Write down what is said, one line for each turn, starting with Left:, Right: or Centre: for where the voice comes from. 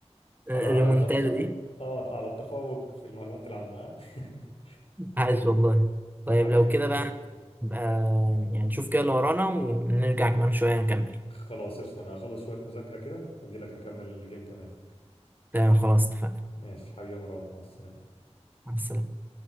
Right: الريمونتادا
Left: على ط... ط...
Right: دي
Left: اه على التفوق في المعلومات العامة ها؟ <laughs>
Right: عاش والله طيب
Left: حبيبي
Right: لو كده
Left: حبيبي
Right: بقى نبقى يعني نشوف كده اللي ورانا ونرجع كمان شوية نكمل
Left: خلاص قشطة انا هخلص شوية مذاكرة كده واجي لك نكمل الجيم كمان
Right: تمام خلاص اتفقنا
Left: ماشي حبيبي يا مروان مع السلامة
Right: مع السلامة